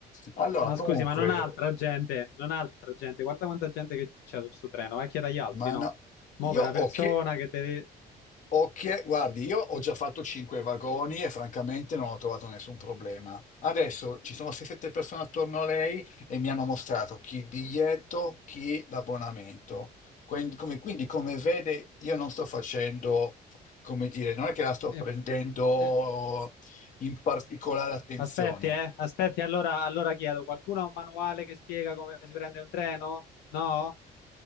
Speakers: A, on the left; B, on the left.
A: Allora,
B: Ma
A: comunque,
B: scusi, ma non ha altra gente, non ha altra gente, guarda quanta gente che c'è su sto treno, vai a chiedere agli altri,
A: ma
B: no?
A: no,
B: Mo' per
A: io ho
B: una persona
A: chiesto.
B: che deve
A: Ok, guardi, io ho già fatto 5 vagoni e francamente non ho trovato nessun problema. Adesso ci sono 6-7 persone attorno a lei e mi hanno mostrato chi il biglietto, chi l'abbonamento. Quindi come, quindi, come vede, io non sto facendo, come dire, non è che la sto
B: Eh,
A: prendendo
B: eh,
A: in particolare attenzione,
B: Aspetti, eh, aspetti, allora, allora chiedo, qualcuno ha un manuale che spiega come si prende un treno? No?